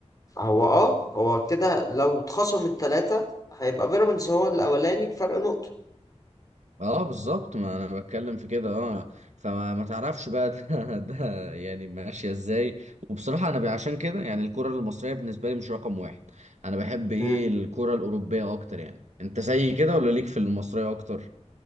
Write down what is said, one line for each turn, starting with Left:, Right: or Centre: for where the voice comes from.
Left: هو اه هو كده لو اتخصم التلاتة هيبقى بيراميدز هو الأولاني بفرق نقطة
Right: اه بالظبط ما انا بتكلم في كده اه فما ما تعرفش بقى ده <laughs> ده يعني ماشيه ازاي وبصراحه انا ب- عشان كده يعني الكره المصريه بالنسبه لي مش رقم واحد انا بحب ايه
Left: مم.
Right: الكره الاوروبيه اكتر يعني انت زي كده ولا ليك في المصريه اكتر